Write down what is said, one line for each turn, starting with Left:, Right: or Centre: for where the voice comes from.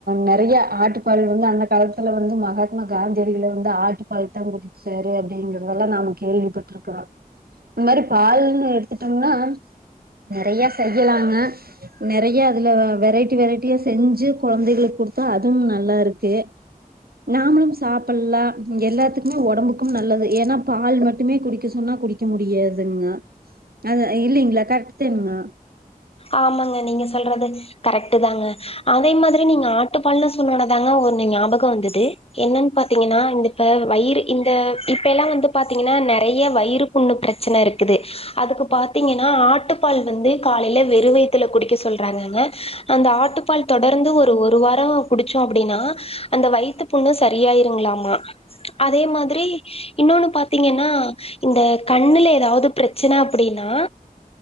Right: நெறிய ஆட்டு பால் வந்து அந்த காலத்துல வந்து மகாத்மா காந்தியடில வந்து ஆட்டு பால் தா குடிச்சாரு அப்படிங்கறதெல்லா நாம கேள்விப்பட்டிருக்கிறோ இந் மாரி பால்னு எடுத்துட்டோம்னா நறைய செய்யலாங்க நெறிய அதுல வெரைட்டி வெரைட்டியா செஞ்சு கொழந்தைகளுக்கு குடுத்தா அதுவும் நல்லா இருக்கு நாமளு சாப்பலாம் எல்லாத்துக்குமே உடம்புக்கு நல்லது ஏன்னா பால் மட்டுமே குடிக்க சொன்னா குடிக்க முடியாதுங்க அது இல்லிங்ளா கரெக்ட்டுதேனுங்க
Left: ஆமாங்க நீங்க சொல்றது கரெக்ட் தாங்க அதே மாத்ரி நீங்க ஆட்டுப்பால்னு சொன்னோதாங்க ஒன்னு ஞாபக வந்துது என்னன்னு பாத்தீங்கன்னா இந்தப்ப வயிறு இந்த இப்ப எல்லா வந்து பாத்தீங்கன்னா நெறைய வயிறு புண்ணு பிரச்சன இருக்குது அதுக்கு பாத்தீங்கன்னா ஆட்டுப்பால் வந்து காலைல வெறு வைத்துல குடிக்க சொல்றாங்கங்க அந்த ஆட்டுப்பால் தொடர்ந்து ஒரு ஒரு வாரோ குடிச்சோ அப்டின்னா அந்த வயித்து புண்ணு சரியாயிருங்ளாமா அதே மாத்ரி இன்னொன்னு பாத்தீங்கன்னா இந்த கண்ணுல ஏதாவது ப்ரச்சன அப்புடினா